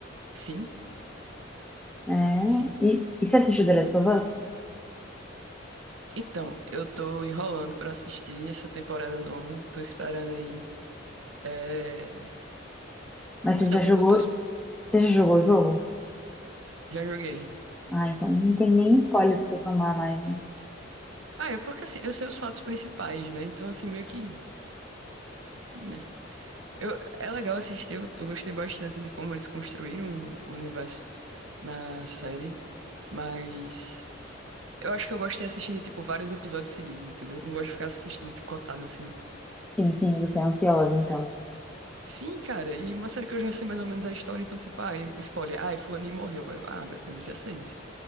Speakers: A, on the right; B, in the centre.
A: Sim,
B: É.
A: sim.
B: E, e você assistiu The Last of Us?
A: Então, eu tô enrolando pra assistir essa temporada nova. Tô esperando aí. É...
B: Mas
A: Não
B: você
A: sei
B: já
A: o que
B: jogou?
A: é que eu tô esperando.
B: Você já jogou o jogo?
A: Já joguei.
B: Ah, então não tem nem spoiler pra você tomar mais, né?
A: Ah, é porque assim, eu sei os fatos principais, né? Então, assim, meio que. Né? Eu... É legal assistir, eu... eu gostei bastante de como eles construíram o universo na série. Mas. Eu acho que eu gosto de assistir, tipo, vários episódios seguidos, entendeu? Não gosto de ficar assistindo picotado assim,
B: Sim, sim, você é ansiosa, então.
A: Sim, cara, e uma série que eu já sei mais ou menos a história, então, tipo, ai, spoiler, ai, fulaninho morreu. Aí eu, ah, beleza, eu já sei disso.